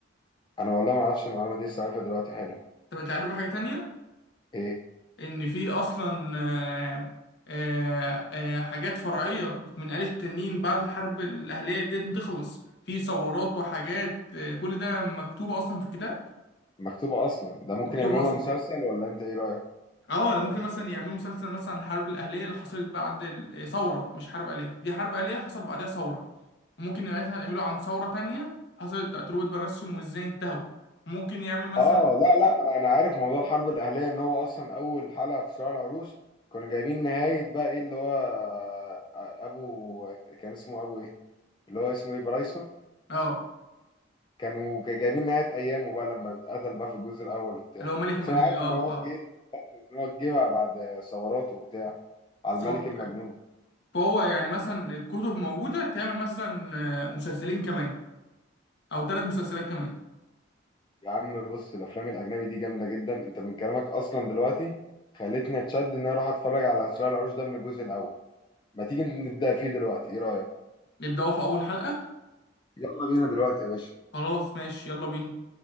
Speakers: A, on the left; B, on the left.
A: انا والله ما اعرفش المعلومة دي لسه عارفها دلوقتي حالا
B: طب انت عارف حاجة تانية
A: ايه
B: ان في اصلا آه آه آه حاجات فرعية من آلة التنين بعد الحرب الأهلية ديت ما تخلص في ثورات وحاجات آه كل ده مكتوبة اصلا في الكتاب
A: مكتوبة اصلا ده ممكن
B: مكتوبة
A: يعملوا
B: اصلا
A: لها مسلسل ولا انت ايه رأيك
B: اه ده ممكن مثلا يعملوا مسلسل مثلا عن الحرب الأهلية اللي حصلت بعد ال- آه، ثورة مش حرب أهلية دي حرب أهلية حصل بعدها ثورة ممكن مثلا يعملوا عن ثورة تانية حصلت بتاعت روبرت براسيوم وازاي انتهوا ممكن يعمل مثلا
A: اه لا لا انا انا عارف موضوع الحرب الاهليه ان هو اصلا اول حلقه في صراع العروش كانوا جايبين نهايه بقى ايه اللي هو آه، آه، ابو كان اسمه ابو ايه اللي هو اسمه ايه برايسون
B: اه
A: كانوا كانوا جايبين نهايه ايامه بقى لما اتقتل بقى في الجزء الاول وبتاع
B: اللي هو ملك المجال
A: بس انا عارف
B: اه
A: ان هو
B: اه
A: جه ان هو جه بقى بعد ثورات وبتاع على
B: بالظبط
A: الملك المجنون
B: فهو يعني مثلا الكتب موجودة تعمل مثلا آه، مسلسلين كمان أو ثلاث مسلسلات كمان
A: يا عم بص الافلام الاجنبي دي جامده جدا انت من كلامك اصلا دلوقتي خلتني اتشد ان انا اروح اتفرج على صراع العروش ده من الجزء الاول ما تيجي نبدا فيه دلوقتي ايه رايك
B: نبدأوا في أول حلقة
A: يلا بينا دلوقتي يا باشا
B: خلاص ماشي يلا بينا